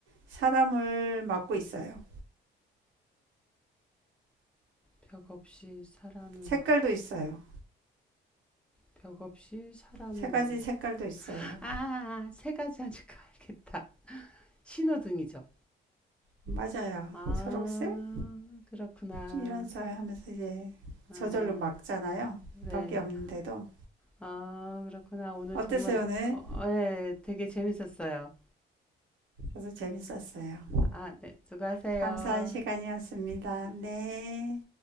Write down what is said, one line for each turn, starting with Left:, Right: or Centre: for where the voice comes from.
Right: 사람을 막고 있어요.
Centre: 벽 없이 사람을
Right: 색깔도
Centre: 막,
Right: 있어요.
Centre: 벽 없이 사람을
Right: 세 가지
Centre: 막.
Right: 색깔도 있어요.
Centre: 아, 아, 아, 세 가지 하니까 알겠다. 신호등이죠.
Right: 맞아요.
Centre: 아,
Right: 초록색?
Centre: 그렇구나.
Right: 이런 사 하면서 이제
Centre: 아,
Right: 저절로 막잖아요.
Centre: 네네.
Right: 벽이 없는데도.
Centre: 아, 그렇구나. 오늘
Right: 어땠어요,
Centre: 정말,
Right: 오늘?
Centre: 어, 어, 예, 되게 재밌었어요.
Right: 저도 재밌었어요.
Centre: 아, 네. 수고하세요.
Right: 감사한 시간이었습니다.
Centre: 음.
Right: 네.